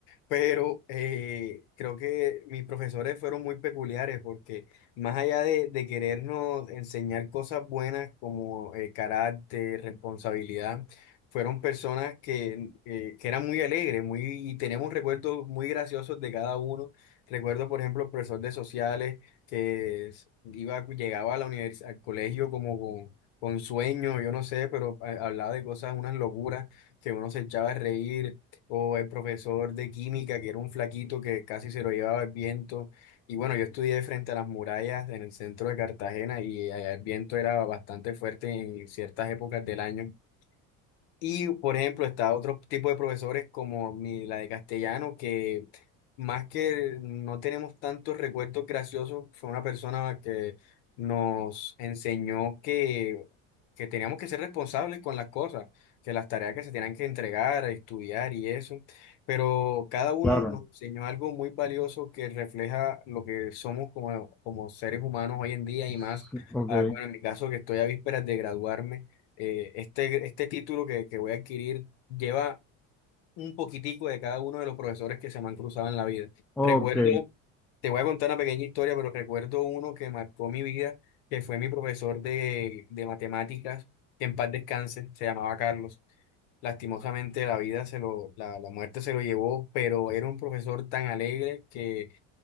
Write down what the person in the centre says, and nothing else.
claro.
<laughs>
Ok,
ok.